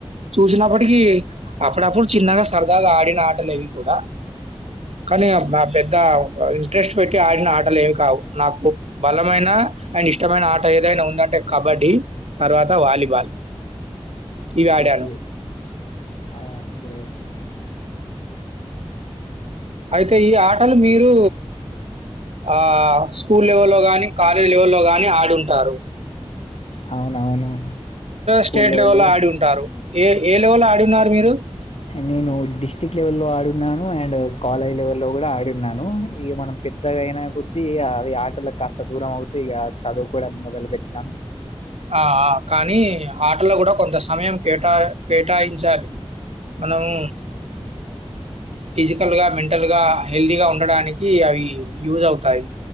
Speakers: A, on the right; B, on the left.
A: చూసినప్పటికీ అప్పుడప్పుడు చిన్నగా సరదాగా ఆడిన ఆటలువి కూడా కానీ పెద్ద ఇంట్రెస్ట్ పెట్టి ఆడిన ఆటలు ఏవి కావు నాకు బలమైన అండ్ ఇష్టమైన ఆట ఏదైనా ఉందంటే కబడ్డీ తర్వాత వాలీబాల్ ఇవి ఆడాను.
B: ఓకే అకె
A: అయితే ఈ ఆటలు మీరు ఆ స్కూల్ లెవెల్లో గానీ కాలేజ్ లెవెల్లో గానీ ఆడుంటారు
B: అవునవును స్కూల్
A: స్టేట్
B: లెవెల్లో
A: లెవెల్ లో ఆడి ఉంటారు ఏ ఏ లెవలో ఆడిన్నారు మీరు
B: నేను డిస్టి్రిక్ట్ లెవెల్ల్లో ఆడున్నాను అండ్ కాలేజ్ లెవెల్లో కూడా ఆడున్నాను ఇక మనం పెద్దగాయినా కొద్దీ అవి ఆటలకు కాస్త దూరం అవుతూ ఇక చదువు కూడా మొదలు పెెట్టినాం
A: ఆ కానీ ఆటల్లో కూడా కొంత సమయం కేటా కేటాయించాలి మనము ఫిజికల్గా మెంటల్గా హెల్తీగా ఉండడానికి అవి యూజ్ అవుతాయి